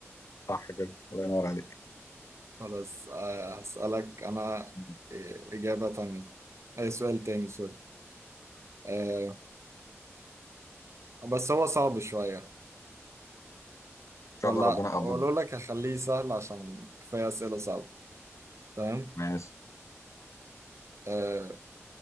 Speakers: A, on the left; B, on the right.
A: صح كده الله ينور عليك
B: خلاص آه، هسألك أنا
A: إن
B: آه، إجابة تانية أي سؤال تاني سوري آه، بس هو صعب شوية
A: شاء
B: ولا
A: الله ربنا يقدرنا
B: أقول لك هخليه سهل عشان كفاية أسئلة صعبة تمام
A: ماشي
B: آه،